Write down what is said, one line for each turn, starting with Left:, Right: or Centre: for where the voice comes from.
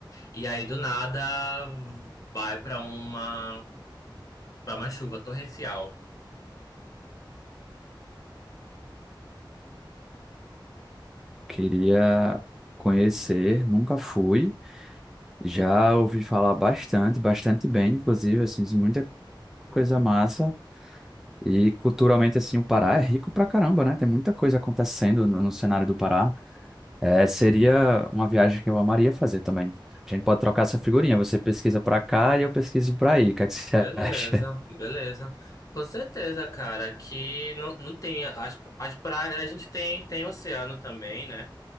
Left: e aí do nada vai pra uma para uma chuva torrencial.
Centre: queria conhecer, nunca fui. Já ouvi falar bastante, bastante bem, inclusive, assim, muita coisa massa. E culturalmente, assim, o Pará é rico pra caramba, né? Tem muita coisa acontecendo no, no cenário do Pará. É, seria uma viagem que eu amaria fazer também. A gente pode trocar essa figurinha. Você pesquisa pra cá e eu pesquiso pra aí. O que é que você
Left: Beleza,
Centre: <laughs> acha?
Left: beleza. Com certeza, cara, aqui não, não tem as, as praias, a gente tem tem oceano também, né?